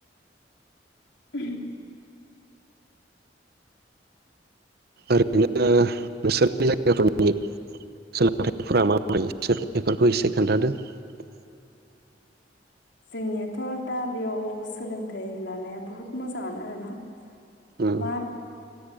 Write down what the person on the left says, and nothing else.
<unintelligible>
जोंनियाथ' दा बेयाव सोलोंथाइ लानाया बहुत मोजाङानो आरोना
। <unintelligible>